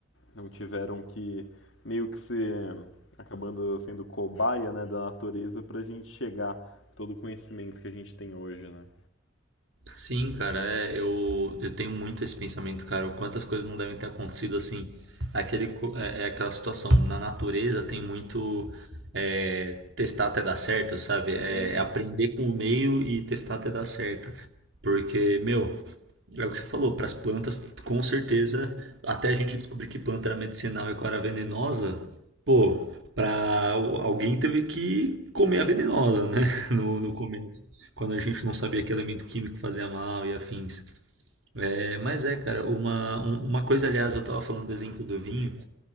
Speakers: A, on the left; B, on the right.
A: não tiveram que meio que ser acabando sendo cobaia, né, da natureza pra gente chegar todo o conhecimento que a gente tem hoje, né?
B: Sim, cara, é, eu, eu tenho muito esse pensamento, cara. Quantas coisas não devem ter acontecido assim. Aquele, co- é, é aquela situação. Na natureza tem muito é, testar até dar certo, sabe? É,
A: Uhum.
B: é aprender com o meio e testar até dar certo. Porque, meu, é o que você falou, para as plantas, com certeza, até a gente descobrir que planta era medicinal e qual era a venenosa, pô, para alguém teve que comer a venenosa, né? <laughs> No, no começo, quando a gente não sabia que elemento químico fazia mal e afins. É, mas é, cara, uma, um- uma coisa, aliás, eu tava falando do exemplo do vinho,